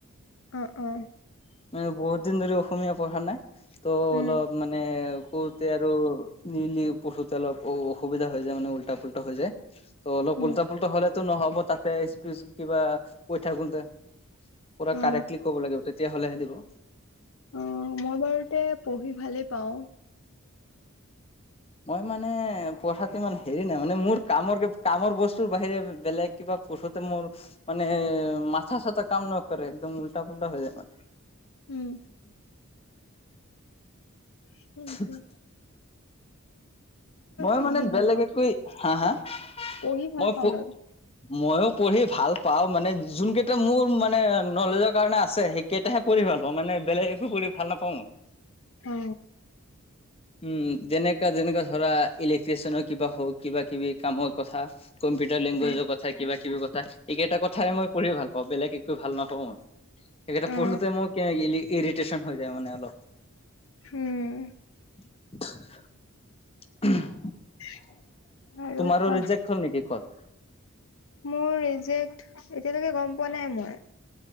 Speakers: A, on the left; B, on the left.
A: অ অ।
B: মানে বহুত দিন ধৰি অসমীয়া পঢ়া নাই ত'
A: উম
B: অলপ মানে কৰোতে আৰু নিলি পশুতে অলপ অ অসুবিধা হৈ যায় মানে উল্টা পুল্টা হৈ যায়। ত' অলপ
A: উম
B: উল্টা পুল্টা হলেতো নহ'ব তাতে স্পিছ কিবা কৈ থাকোঁতে। পুৰা
A: অ
B: কাৰেক্টলি কৰিব লাগিব তেতিয়াহ'লেহে দিব।
A: অ মই বাৰুতে পঢ়ি ভালেই পাও।
B: মই মানে পঢ়াতটো ইমান হেৰি নাই, মানে মোৰ কামৰ কামৰ বস্তুৰ বাহিৰে বেলেগ কিবা পঢ়োতে মোৰ মানে মাথা চাথা কাম নকৰে একদম উল্টা পোল্টা হৈ যায় মানে।
A: উম সেইটোৱে।
B: <unintelligible> মই
A: পঢ়ি
B: মানে
A: ভাল
B: বেলেগ
A: পাওঁ
B: একৈ হা হা
A: পঢ়ি ভাল
B: মই
A: পাওঁ
B: প
A: বাৰু
B: মইও পঢ়ি ভাল পাও মানে যোন কেইটা মোৰ মানে নলেজৰ কাৰণে আছে, সেই কেতিয়াহে কৰি ভাল পাওঁ মানে বেলেগ একো কৰি ভাল নাপাওঁ।
A: অ।
B: উম যেনেকা যেনেকা ধৰা ইলেক্ট্ৰিচিয়ানৰ কিবা হওক কিবা কিবি কামৰ কথা। কম্পিউটাৰ লেংগুৱেজৰ
A: অ
B: কথা কিবা কিবি কথা এইকেইটা কথাই মই পঢ়ি ভাল পাওঁ বেলেগ একো ভাল নাপাওঁ মই। সেইকেইটা
A: অ
B: পঢ়োতে মোৰ ইৰিটেশচন হৈ যায় মানে অলপ।
A: উম।
B: <unintelligible>
A: <inaudible>
B: তুমাৰো
A: কোৱা
B: ৰিজেক্ট হল নেকি কল?
A: মোৰ ৰিজেক্ট এতিয়ালৈকে গম পোৱা নাই মই।